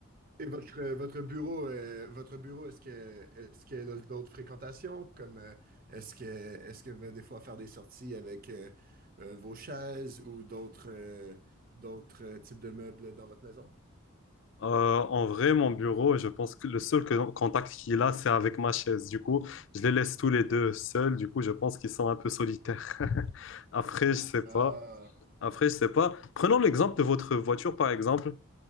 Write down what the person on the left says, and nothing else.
Euh, en vrai, mon bureau, je pense que le seul que- contact qu'il a, c'est avec ma chaise. Du coup, je les laisse tous les deux seuls. Du coup, je pense qu'ils sont un peu solitaires. <laughs> Après, je sais pas.
Après, je sais pas. Prenons l'exemple de votre voiture, par exemple.